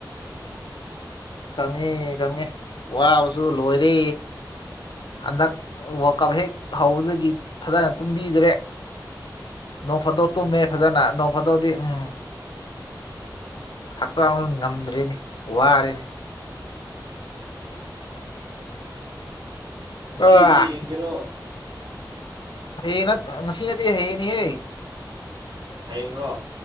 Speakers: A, on the left; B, on the right.
A: ꯀꯪꯉꯦ ꯀꯪꯉꯦ ꯋꯥꯕꯁꯨ ꯂꯣꯏꯔꯦ ꯍꯟꯗꯛ ꯋꯥꯀꯞ ꯍꯦꯛ ꯍꯧꯕꯗꯒꯤ ꯐꯖꯅ ꯇꯨꯝꯕꯤꯗ꯭ꯔꯦ ꯅꯣꯡ ꯐꯗꯣꯛ
B: ꯎꯝ
A: ꯇꯨꯝꯃꯦ ꯐꯖꯅ ꯅꯣꯡ ꯐꯗꯣꯛꯗꯤ ꯎꯝ ꯍꯛꯆꯥꯡ ꯉꯝꯗ꯭ꯔꯦꯅꯦ ꯋꯥꯔꯦꯅꯦ
B: ꯉꯁꯤꯒꯤꯗꯤ
A: ꯑ
B: ꯌꯦꯡꯒꯦꯔꯣ
A: ꯍꯌꯦꯡ ꯅꯠ ꯉꯁꯤ ꯅꯠꯇꯦ ꯍꯌꯦꯡꯅꯦꯍꯦ
B: ꯍꯌꯦꯡꯔꯣ